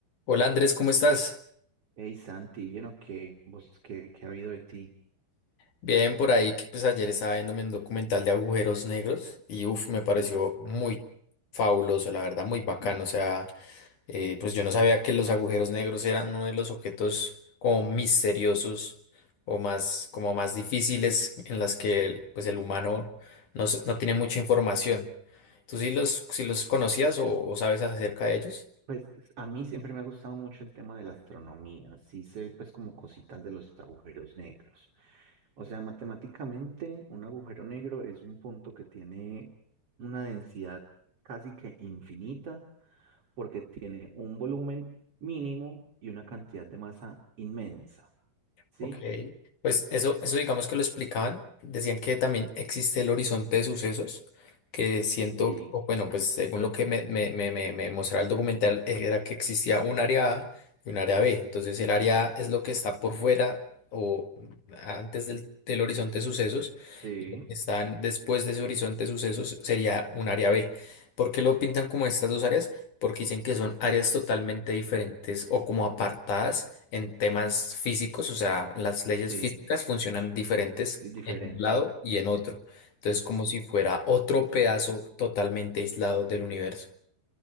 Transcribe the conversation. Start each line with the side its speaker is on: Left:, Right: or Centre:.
Left: Hola Andrés, ¿cómo estás?
Right: Hey Santi, ¿bien o qué? ¿Vos qué, qué ha habido de ti?
Left: Bien, por ahí que pues ayer estaba viéndome un documental de agujeros negros y uff, me pareció muy fabuloso, la verdad, muy bacano. O sea, eh, pues yo no sabía que los agujeros negros eran uno de los objetos como misteriosos o más, como más difíciles en las que el- pues el humano no, se- no tiene mucha información. ¿Tú sí los, sí los conocías o o sabes acerca de ellos?
Right: Pues pues, a mí siempre me ha gustado mucho el tema de la astronomía, sí sé pues como cositas de los agujeros negros. O sea, matemáticamente un agujero negro es un punto que tiene una densidad casi que infinita porque tiene un volumen mínimo y una cantidad de masa inmensa, ¿sí?
Left: Ok, pues eso, eso digamos que lo explicaban. Decían que también existe el horizonte de sucesos, que siento,
Right: Sí,
Left: o bueno, pues según lo que me, me, me, me- me mostraba el documental, era que existía un área A y un área B. Entonces el área A es lo que está por fuera o antes del, del horizonte de sucesos,
Right: sí,
Left: y lo que están después de ese horizonte de sucesos sería un área B. ¿Por qué lo pintan como estas dos áreas? Porque dicen que son áreas totalmente diferentes o como apartadas en temas físicos, o sea, las leyes
Right: sí,
Left: físicas funcionan diferentes
Right: y diferente.
Left: en un lado y en otro. Entonces, como si fuera otro pedazo totalmente aislado del universo.